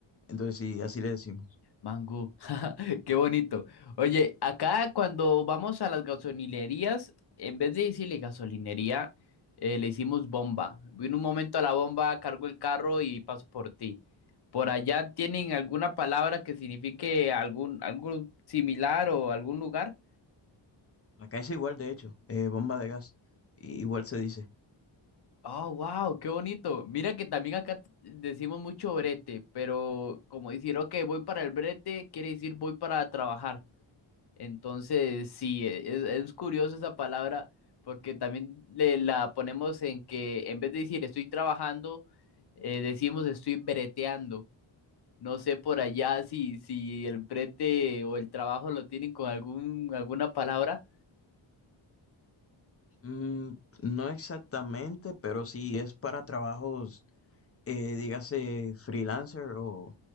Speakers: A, on the left; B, on the left.
A: Entonces, sí, así le decimos.
B: Mango, <laughs> qué bonito. Oye, acá cuando vamos a las gasolinerías, en vez de decirle gasolinería, eh, le hicimos bomba. Voy en un momento a la bomba, cargo el carro y paso por ti. ¿Por allá tienen alguna palabra que signifique algún, algo similar o algún lugar?
A: Acá es igual, de hecho, eh, bomba de gas, i- igual se dice.
B: Oh, wow, qué bonito. Mira que también acá t- decimos mucho brete, pero como decir, ok, voy para el brete, quiere decir voy para trabajar. Entonces, sí, e, es, es curioso esa palabra porque también le, la ponemos en que en vez de decir estoy trabajando, eh, decimos estoy breteando. No sé por allá si, si el brete o el trabajo lo tienen con algún, alguna palabra,
A: Mm, no exactamente, pero sí es para trabajos. eh, dígase freelancer o